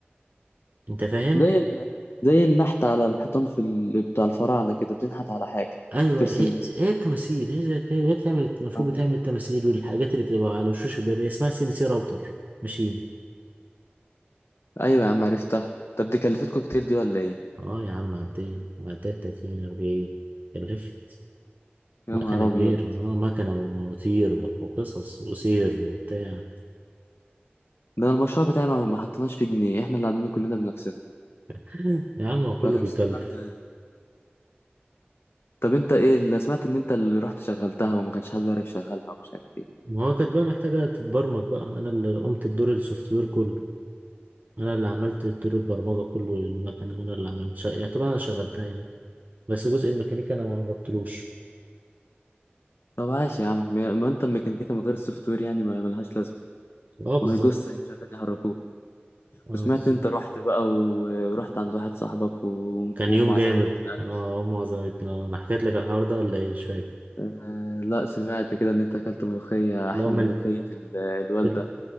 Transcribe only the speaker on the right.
انت فاهم
ايوه
هي
هي التماثيل هي زي- هي بتعمل المفروض
بتعمل التماثيل والحاجات اللي بتبقى على وشوش الباب هي اسمها سي ان سي راوتر ماشين
اه يا عم عديها عديها 30 40 كلفت
مكنة
كبيرة
اه مكنة ومواتير وقصص وسير وبتاع
<laughs> يا عم هو كله
بيكلف
ما هو كانت بقى محتاجة تتبرمج بقى أنا اللي قمت بدور السوفت وير كله انا اللي عملت دور البرمجه كله للمكنه وانا اللي عملت شقه يعني طبعا انا شغلتها يعني بس جزء الميكانيكا انا ما قربتلوش
اه بالظبط
اه
بالظبط
كان
يوم
جامد
اه امي عزمتنا انا حكيت لك الحوار ده ولا ايه مش فاكر
لا امي
اللي